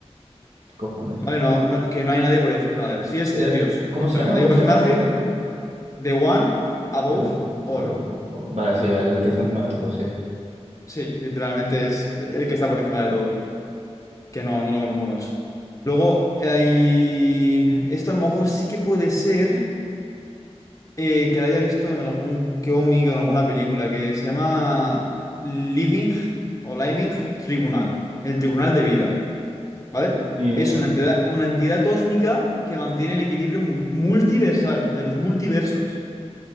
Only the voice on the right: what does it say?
¿qué cojones?
Te-
¿Cómo
se llama? ¿Cómo
se llama? ¿Cómo se llama?
¿Cómo?
Adobe. Oh, vale, sí, el que está encima de todo, sí.
Ni idea.